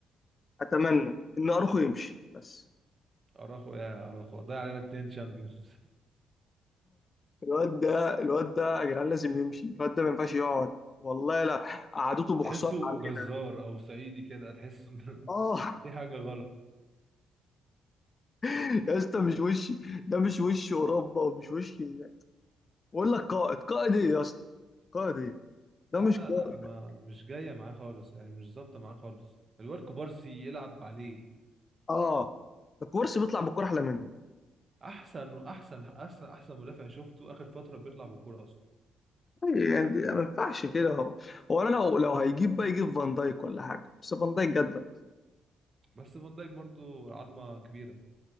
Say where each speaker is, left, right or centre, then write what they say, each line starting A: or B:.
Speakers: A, on the left; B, on the right.
A: اتمنى ان اروخو يمشي بس
B: اراخو يا اراخو ضيع علينا اتنين شامبيونز
A: الواد ده الواد ده يا جدعان لازم يمشي الواد ده ما ينفعش يقعد والله لا قعدته
B: <laughs>
A: بخسارة
B: تحسه
A: علينا
B: جزار او صعيدي كده تحس ان <laughs>
A: اه
B: في حاجه غلط
A: <laughs> يا اسطى مش وش ده مش وش اوروبا ومش وش يعني بقول لك قائد قائد ايه يا اسطى قائد ايه
B: لا
A: ده مش
B: لا
A: قائد
B: لا ما مش جايه معاه خالص يعني مش ظابطه معاه خالص الواد كوبارسي يلعب عليه
A: اه الكورس بيطلع بالكوره احلى منه
B: احسن احسن احسن احسن مدافع شفته اخر فتره بيطلع بالكوره اصلا
A: يعني ما ينفعش كده هو هو انا لو لو هيجيب بقى يجيب فان دايك ولا حاجه بس فان دايك جدد
B: بس فان دايك برضو عظمه كبيره